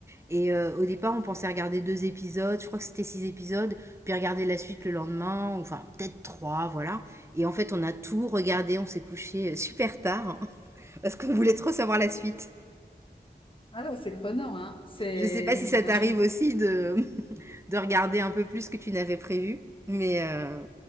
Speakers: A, on the right; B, on the left.
A: Et euh, au départ, on pensait regarder deux épisodes, je crois que c'était six épisodes, puis regarder la suite le lendemain, ou enfin peut-être trois, voilà. Et en fait, on a tout regardé, on s'est couché euh, super tard, hein, <laughs> parce qu'on voulait trop savoir la suite.
B: ah ouais, c'est prenant, hein. C'est,
A: Je sais pas si
B: c'est
A: ça
B: vachement
A: t'arrive aussi de, <laughs> de regarder un peu plus que tu n'avais prévu, mais, euh,